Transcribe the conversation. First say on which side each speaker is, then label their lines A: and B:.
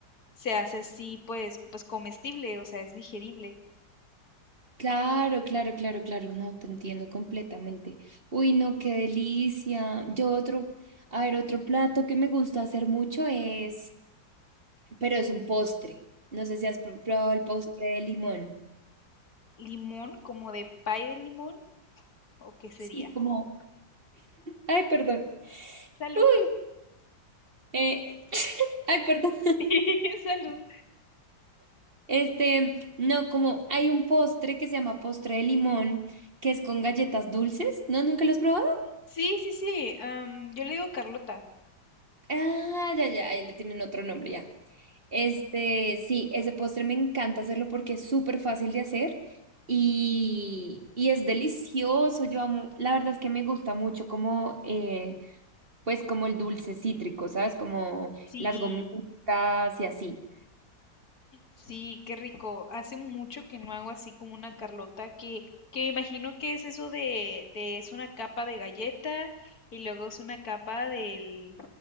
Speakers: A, on the left; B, on the right.
A: se hace así pues, pues comestible, o sea, es digerible.
B: Claro, claro, claro, claro. No, te entiendo completamente. Uy, no, qué delicia. Yo otro, a ver, otro plato que me gusta hacer mucho es, pero es un postre. No sé si has pr- probado el postre de limón.
A: Limón, como de pay de limón, ¿o qué sería?
B: Sí, como, ay, perdón.
A: Salud,
B: Uy, eh, <laughs> ay, perdón.
A: <laughs> salud.
B: Este, no, como hay un postre que se llama postre de limón, que es con galletas dulces. ¿No? ¿Nunca lo has probado?
A: Sí, sí, sí, am, yo le digo Carlota.
B: Ah, ya, ya, ahí le tienen otro nombre ya. Este, sí, ese postre me encanta hacerlo porque es súper fácil de hacer y, y es delicioso. Yo amo, la verdad es que me gusta mucho como, eh, pues como el dulce cítrico, ¿sabes? Como
A: sí
B: las gomitas y así.
A: Sí, qué rico. Hace mucho que no hago así como una Carlota, que, que me imagino que es eso de, de, es una capa de galleta y luego es una capa del,